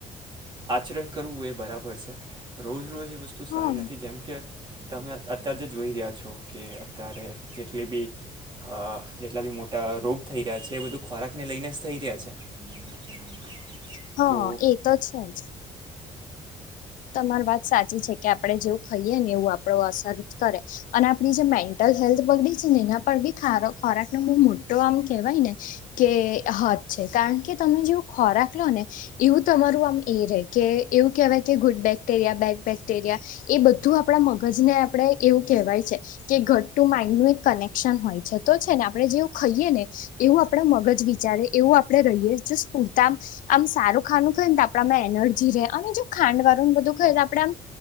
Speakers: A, on the right (about 35°); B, on the left (about 70°).
A: આચરણ કરવું એ બરાબર છે રોજ રોજ એ વસ્તુ તું સારી
B: હા
A: નથી જેમ કે તમે અત્ય્યારે જે જોઈ રહ્યા છો કે અત્યારે જેટલી બી અ જેટલા બી મોટા રોગ થઈ રહ્યા છે એ બધું ખોરાકને લઈને જ થઈ રહ્યા છે
B: હ
A: તો
B: એ તો છે જ તમારી વાત સાચી છે કે આપડે જેવું ખાઈએ ને એવું આપડ ને અસર કરે અને આપડી જે મેન્ટલ હેલ્થ બગડી છે ને એના પર બી ખોરાક નો બહુ મોટો આમ કહેવાય ને. કે હત છે કારણ કે તમે જેવું ખોરાક લો ને. એવું તમારું આમ એ રે કે એવું કેહેવાય કે ગુડ બેક્ટેરિયા બેગ બેક્ટેરિયા, એ બધું આપડા મગજને આપડે એવું કહેવાય છે. કે ઘટ ટુ માઈન્ડ નું એક કનેક્શન હોય છે તો છે ને આપડણે જેવું ખાઈએ ને. એવું આપડ મગજ વિચારે એવું આપડે રહીએ જો સ્ફૂરતા આમ સારું ખાનું ખાય ને તો આપણામાં એનર્જી રહે અને જો ખાંડ વાળું ન બધું ખાય તો આપડે આમ